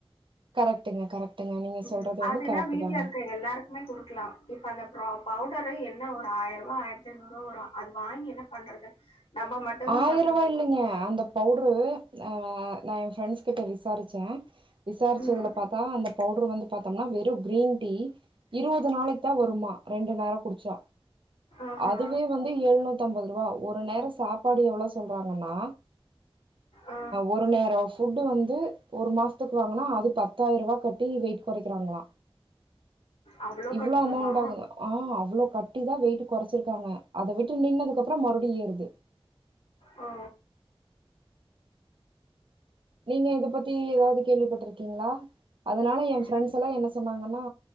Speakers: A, on the right; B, on the left.
A: கரெக்ட்டுங்க கரெக்ட்டுங்க நீங்க
B: உம்
A: சொல்றது
B: அதுனா
A: வந்து கரெக்ட்
B: வீட்டுல
A: தாங்க
B: இருக்க எல்லாருக்கும் கொடுக்கலாம் இப்ப அந்த ப்ரஃபி பவுடரு என்ன ஒரு ஆயிரூபா ஆயிரத்திஐநூறு ரூபா வரும் அது வாங்கி என்ன பண்றது நம்ம மட்டும் தான்
A: ஆயிரம்
B: சாப்பிட
A: ரூபா
B: முடியும்.
A: இல்லைங்க அந்த பவுடரு அஹ் நான் என் ஃபிரண்ட்ஸ் கிட்ட விசாரிச்சேன் விசாரிச்சதுல
B: ம்.
A: பார்த்தா அந்த பவுடரு வந்து பா்த்தோம்னா வெறும் கிரீன் டீ இருபது நாளைக்கு தான் வருமா ரெண்டு நேரம் குடிச்சா
B: ஆஹா.
A: அதுவே வந்து எழுநூத்தி ஐம்பது ரூபா ஒரு நேரம் சாப்பிட்டு அப்படி எவ்ளவு சொல்றாங்கன்னா
B: ஆ.
A: ஒரு நேரம் போவ்ட் வந்து ஒரு மாசத்துக்கு வாங்கனா அது பத்தாயிரம் ரூபா கட்டி வெயிட் குறைக்கிறாங்கள
B: அவ்ளோ
A: இவ்ளோ
B: கட்டணுமா?
A: அமௌண்ட் ஆகுங்க ஆஹ் அவ்வளோ கட்டிதான் வெயிிட் குறைச்சிருக்காங்க அதை விட்டு நின்னதுக்குப்புறம் மறுபடியும் வெயிட் ஏறுது
B: ஓ
A: நீங்க இத பத்தி ஏதாவது கேள்விப்பட்டிருக்கீங்களா அதனால என் பிரெண்ட்ஸ்
B: ம்.
A: எல்லாம் என்ன சொன்னாங்கன்னா